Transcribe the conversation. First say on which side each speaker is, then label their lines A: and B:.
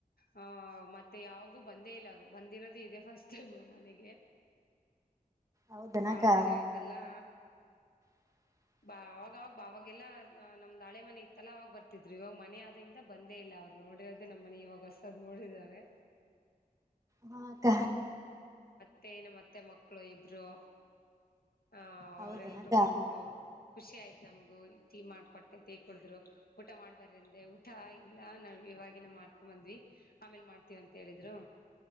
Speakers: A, on the left; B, on the right.
A: ಹ ಮತ್ತೆ ಯಾವಾಗೂ ಬಂದೇ ಇಲ್ಲ ಅವರು ಬಂದಿರೋದು ಇದೆ ಫಸ್ಟ್ ಟೈಮ್ ನಮ್ ಮನೆಗೆ
B: ಹೌದನಕ್ಕ
A: ಬಾಳ ದಿನ ಆಯ್ತಲ್ಲಾ
B: <unintelligible>
A: ಬಾ ಅವಾಗಾಗ ಅವಾಗೆಲ್ಲಾ ನಮ್ದ್ ಹಳೆ ಮನೆ ಇತ್ತಲ್ಲ ಅವಾಗ ಬರ್ತಿದ್್ರರು ಇವಾಗ ಮನೆ ಆದಾಗಿಯಿಂದ ಬಂದೇ ಇಲ್ಲ ಅವ್ರು ನೋಡಿರೋದೆ ನಮ್ಮ ಮನೆ ಇವಾಗ ಹೊಸದ್ ನೋಡಿದಾವೆ
B: ಹಾ ಅಕ್ಕ
A: ನಮ್ಮತ್ತೆ ನಮ್ಮತ್ತೆ ಮಕ್ಕಳು ಇಬ್ರು ಆ
B: ಹೌದನಕ್ಕ
A: ಅವ್ರಲ್ರುೂ ಬಂದ್ರು ಖುಷಿ ಆಯ್ತು ನಮಗು ಟೀ ಮಾಡ್ಕೊಟ್ಟೆ ಟೀ ಕುಡಿದ್ರು ಊಟ ಮಾಡ್ಬಾರ್ರ ಅಂದೆ ಊಟ ಇಲ್ಲ ನಾ ಇವಾಗಿನ ಮಾಡ್ಕೊ ಬಂದ್ವಿ ಆಮೇಲ್ ಮಾಡ್ತೀವ ಅಂತ ಹೇಳಿದ್ರು